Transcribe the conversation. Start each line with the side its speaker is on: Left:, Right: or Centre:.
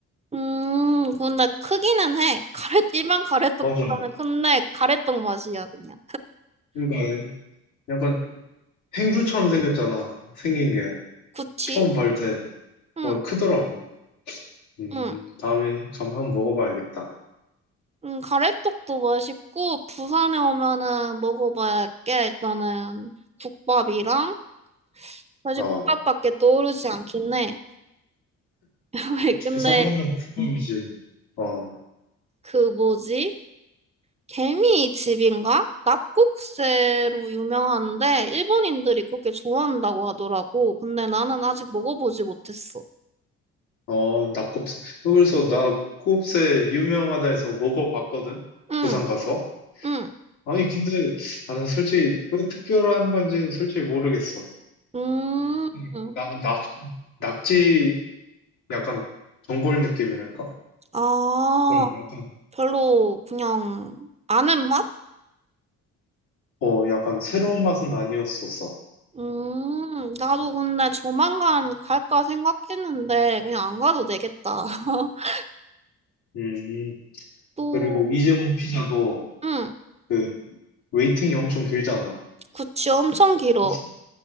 Right: 음, 근데 크기는 해. 가래 일반 가래떡보다는
Left: 맞아.
Right: 큰데 가래떡 맛이야 그냥.
Left: 그러니까 약간 행주처럼 생겼잖아. 생긴 게.
Right: 그치?
Left: 처음 볼 때,
Right: 응.
Left: 어, 크더라고. 음,
Right: 응.
Left: 다음에 감 한번 먹어봐야겠다.
Right: 음, 가래떡도 맛있고, 부산에 오면은 먹어봐야 할 게, 일단은 국밥이랑, 사실
Left: 어,
Right: 국밥밖에 떠오르지 않긴 해. <laughs> 왜, 근데,
Left: 부산 하면 국밥이지. 어.
Right: 그 뭐지? 개미집인가? 납국새로 유명한데, 일본인들이 그렇게 좋아한다고 하더라고. 근데 나는 아직 먹어보지 못했어.
Left: 어, 낙곱새. 그래서 낙곱새 유명하다 해서 먹어봤거든?
Right: 응,
Left: 부산 가서.
Right: 응,
Left: 아니, 근데, 아, 난 솔직히, 왜 특별한 건지는 솔직히 모르겠어.
Right: 음,
Left: 음, 낙, 낙, 낙지, 약간, 전골 느낌이랄까?
Right: 아,
Left: 그런 약간,
Right: 별로 그냥 아는 맛?
Left: 어, 약간 새로운 맛은 아니었었어.
Right: 음, 나도 근데 조만간 갈까 생각했는데 그냥 안 가도 되겠다. <laughs>
Left: 음,
Right: 또,
Left: 그리고 이재모 피자도,
Right: 응,
Left: 그, 웨이팅이 엄청 길잖아.
Right: 구찌 엄청 길어.
Left: 뭐 서,